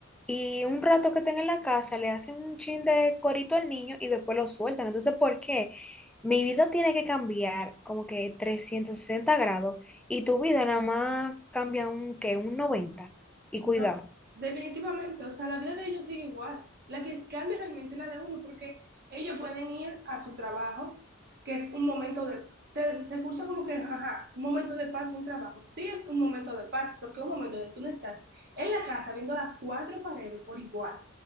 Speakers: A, in the centre; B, on the right.
A: y un rato que estén en la casa le hacen un chin de corito al niño y después lo sueltan. Entonces, ¿por qué? Mi vida tiene que cambiar como que 360 grados y tu vida nada más cambia un que un 90? Y
B: No,
A: cuidado.
B: definitivamente, o sea, la vida de ellos sigue igual. La que cambia realmente es la de uno, porque ellos pueden ir a su trabajo, que es un momento de, se, se escucha como que, ajá, un momento de paz, un trabajo. Sí es un momento de paz, porque es un momento de tú no estás en la casa viendo las cuatro paredes por igual.